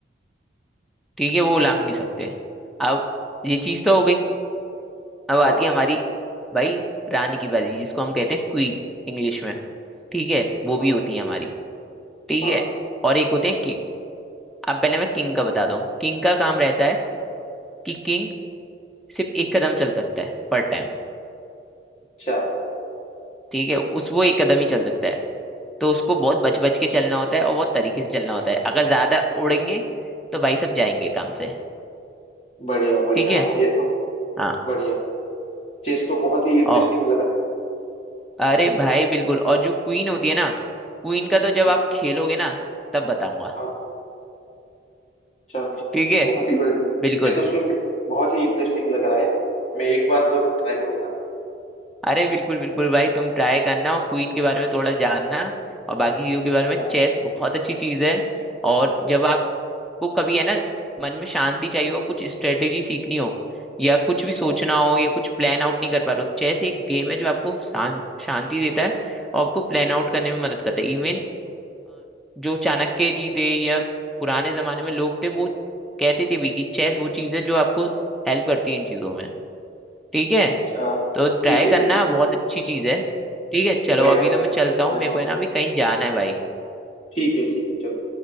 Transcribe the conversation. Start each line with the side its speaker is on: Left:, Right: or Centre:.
Centre: ठीक है वो लांग नहीं सकते अब ये चीज तो हो गई अब आती
Left: हाँ
Centre: है हमारी भाई रानी की बारी जिसको हम कहते हैं क्वीन इंग्लिश में ठीक है वो भी
Left: हाँ
Centre: होती है हमारी ठीक
Left: हाँ
Centre: है और एक होते हैं किंग अब पहले मैं किंग का बताता हूँ किंग का काम रहता है कि किंग सिर्फ एक कदम चल सकता है पर टाइम
Left: अच्छा
Centre: ठीक है उस वो एक कदम ही चल सकता है तो उसको बहुत बच बच के चलना होता है और बहुत तरीके से चलना होता है अगर ज्यादा उड़ेंगे तो भाई सब जाएंगे काम से
Left: बढ़िया बढ़िया
Centre: ठीक है
Left: यार, ये तो
Centre: हाँ
Left: बढ़िया चीज तो बहुत ही इंटरेस्टिंग
Centre: और
Left: लग रहा है
Centre: अरे भाई बिल्कुल और जो क्वीन होती है ना क्वीन का तो जब
Left: हाँ
Centre: आप खेलोगे ना तब बताऊंगा
Left: हाँ अच्छा अच्छा
Centre: ठीक है
Left: बहुत ही बढ़िया
Centre: बिल्कुल
Left: ये तो सुन के बहुत ही इंटरेस्टिंग लग रहा है मैं एक बार जरूर ट्राई करूंगा
Centre: अरे बिल्कुल बिल्कुल भाई तुम ट्राई करना और क्वीन के बारे में थोड़ा जानना और बाकी चीजों के बारे
Left: अच्छा
Centre: में चेस बहुत अच्छी चीज है और जब
Left: अच्छा
Centre: आपको कभी है ना मन में शांति चाहिए हो कुछ स्ट्रेटेजी सीखनी हो या कुछ भी
Left: अच्छा
Centre: सोचना हो या कुछ प्लान आउट नहीं कर पा रहे हो चेस एक गेम है जो आपको शां, शांति देता है और आपको प्लान आउट करने में मदद करता है इवन जो चाणक्य जी थे या पुराने जमाने में लोग थे वो कहते थे भी कि चेस वो चीज है जो आपको हेल्प करती है इन चीजों में ठीक है
Left: अच्छा,
Centre: तो ट्राई
Left: ठीक है
Centre: करना
Left: ठीक है
Centre: बहुत अच्छी चीज है ठीक है चलो
Left: बढ़िया
Centre: अभी
Left: बढ़िया
Centre: तो मैं
Left: ट्राई
Centre: चलता हूँ मेरे
Left: करूंगा
Centre: को है ना अभी कहीं जाना है भाई
Left: ठीक है ठीक है चलो